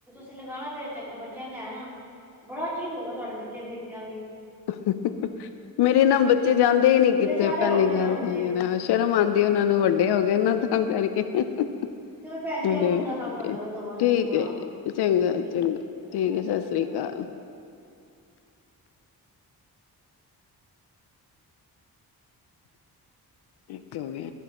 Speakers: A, in the centre; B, on the left (about 80°).
A: ਲਗਾਉਣਾ ਫੇਰ ਚੱਕਰ ਬੱਚਿਆਂ ਨੂੰ ਲੈ ਆਉਣਾ। ਬੜਾ ਚਿਰ ਹੋ ਗਿਆ ਤੁਹਾਡੇ ਬੱਚੇ ਦੇਖਿਆ ਵੀ।
B: ਹੁ ਹੁ ਹੁ ਹੁ ਮੇਰੇ ਨਾ ਬ ਚੇ ਜਾਂਦੇ ਹੀ ਨੀ
A: ਵੱਡੇ
B: ਕਿਤੇ
A: ਸਾਰੇ
B: ਪਹਿਲੀ
A: ਹੋ ਗਏ ਹੋਣੇ
B: ਗੱਲ
A: ਹੁਣ
B: ਤੇ ਇਹੀ ਹੈ ਸ਼ਰਮ ਆਉਂਦ ਇਹਨੇਂ ਇਹਨੇਂ ਵੱਡੇ ਹੋ ਗਏ ਨਾਂ। ਤਾਂ ਕਰਕੇ
A: ਹਾਂ
B: ਹੁ ਹੁ ਹੁ
A: ਭੈਣ ਜੀ
B: ਚਲੋ
A: ਇਹ
B: ਬਈ
A: ਮੁੰਡਾ ਤੰਗ ਕਰਦਾ ਪਿਆ ਦਵਾ ਇਹਨੂੰ
B: ਠੀਕ
A: ਕੁਛ ਬਣਾ
B: ਹੈ
A: ਕੇ
B: ਚੰਗਾ-ਚੰਗਾ-ਚੰਗਾ
A: ਠੀਕ ਹੈ ਜੀ ਚੰਗਾ
B: ਸਤਿ
A: ਸ਼੍ਰੀ
B: ਸ੍ਰੀ ਅਕਾਲ। ਇੱਥੇ ਵੀ